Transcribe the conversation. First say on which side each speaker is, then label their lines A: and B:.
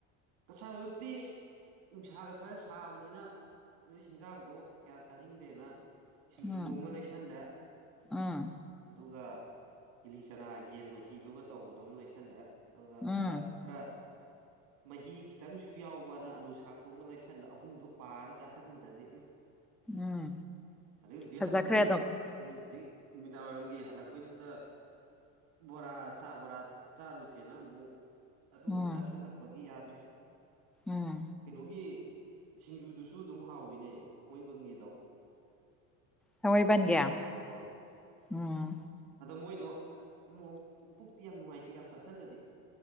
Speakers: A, on the right; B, in the centre.
A: ꯀꯁꯥꯕꯛꯇꯤ ꯅꯨꯡꯁꯥꯒ ꯈꯔ ꯁꯥꯕꯅꯤꯅ ꯑꯗꯨ ꯍꯟꯖꯥꯡꯗꯣ ꯀꯌꯥ ꯆꯥꯅꯤꯡꯗꯦꯅ ꯁꯤꯡꯖꯨ
B: ꯎꯝ
A: ꯑꯃ ꯂꯩꯁꯜꯂꯦ
B: ꯎꯝ
A: ꯑꯗꯨꯒ ꯀꯤꯂꯤ ꯆꯅꯥ ꯌꯦꯟ ꯃꯍꯤꯗꯨꯒ ꯇꯧꯕꯗꯣꯝ ꯂꯩꯁꯜꯂꯦ ꯑꯗꯨꯒ
B: ꯎꯝ
A: ꯑ ꯈꯔ ꯃꯍꯤ ꯈꯤꯇꯪꯁꯨ ꯌꯥꯎꯕꯅ ꯑꯂꯨ ꯁꯥꯛꯇꯣꯡꯉ ꯂꯩꯁꯜꯂ ꯑꯍꯨꯝꯗꯨꯣ ꯄꯥꯔ ꯆꯥꯥꯁꯟꯕꯗꯗꯤ ꯑꯪ
B: ꯎꯝ
A: ꯑꯗꯩ ꯍꯧꯖꯤꯛ
B: ꯐꯖꯈ꯭ꯔꯦ
A: ꯍꯜꯂꯛꯄꯗ
B: ꯑꯗꯨꯝ
A: ꯎꯝ ꯍꯧꯖꯤꯛ ꯅꯨꯃꯤꯗꯥꯡ ꯋꯥꯏꯔꯝꯒꯤ ꯍꯜꯂꯛꯄꯩꯗꯨꯗ ꯕꯣꯔꯥ ꯆꯥꯕꯣꯔꯥ ꯆꯥꯔꯨꯁꯦꯅ ꯃꯨ ꯑꯗꯨ ꯑꯃꯨꯛ
B: ꯎꯝ
A: ꯆꯥꯁꯤꯜꯂꯛꯄꯒꯤ ꯌꯥꯗ꯭ꯔꯦ
B: ꯎꯝ
A: ꯀꯩꯅꯣꯒꯤ ꯁꯤꯡꯖꯨꯗꯨꯁꯨ ꯑꯗꯨꯝ ꯍꯥꯎꯋꯤꯅꯦ ꯊꯥꯡꯃꯩꯕꯟꯒꯤꯗꯣ
B: ꯊꯥꯡꯃꯩꯕꯟꯒꯤ
A: ꯍꯣꯏ
B: ꯎꯝ
A: ꯑꯗꯣ ꯃꯣꯏꯗꯣ ꯃꯣꯔꯣꯛ ꯄꯨꯛꯇꯤ ꯌꯥꯝ ꯅꯨꯡꯉꯥꯏꯇꯦ ꯌꯥꯝ ꯆꯥꯁꯜꯂꯗꯤ